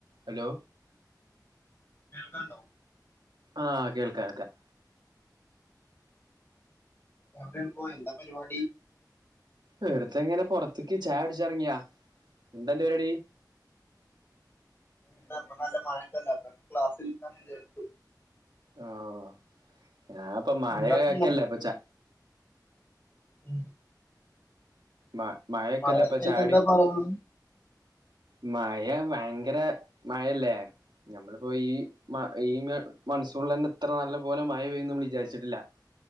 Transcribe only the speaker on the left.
കേൾക്കാണ്ടോ?
എവിടാണിപ്പോ എന്താ പരുവാടി-
ന്ത അപ്പ നല്ല മഴെണ്ടല്ല അപ്പൊ ക്ലാസീൽന്ന് വിചാരിച്ചു-
എന്താപ്പോ മഴ
ഉം
മഴക്കായിട്ട്
എന്താ പറയാനുള്ളെ